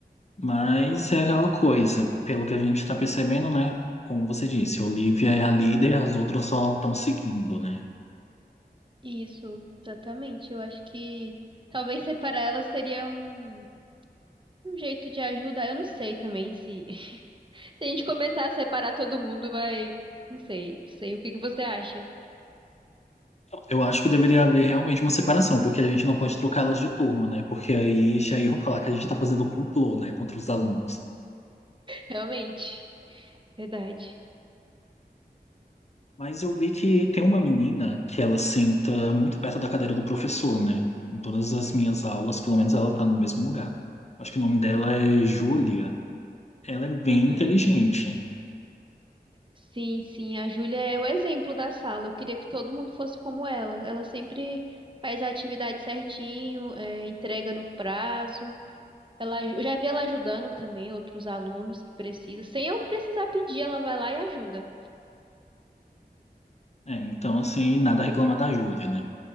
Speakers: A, on the left; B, on the right.
A: Mas é aquela coisa, pelo que a gente está percebendo, né? Como você disse, a Olivia é a líder, as outras só estão seguindo, né?
B: Isso, exatamente. Eu acho que talvez separar ela seria um, um jeito de ajudar. Eu não sei também se, <laughs> se a gente começar a separar todo mundo, vai. Não sei, não sei. O que que você acha?
A: Eu acho que deveria haver realmente uma separação, porque a gente não pode trocá-las de turma, né? Porque aí já iam falar que a gente tá fazendo complô, né, contra os alunos.
B: Realmente, verdade.
A: Mas eu vi que tem uma menina que ela senta muito perto da cadeira do professor, né? Em todas as minhas aulas, pelo menos ela tá no mesmo lugar. Acho que o nome dela é Júlia. Ela é bem
B: Uhum.
A: inteligente.
B: Sim, sim, a Júlia é o exemplo da sala. Eu queria que todo mundo fosse como ela. Ela sempre faz a atividade certinho, é, entrega no prazo. Ela, aju- eu já vi ela ajudando também outros alunos que precisam. Sem eu precisar pedir, ela vai lá e ajuda.
A: É, então, assim, nada a reclamar da Júlia, né?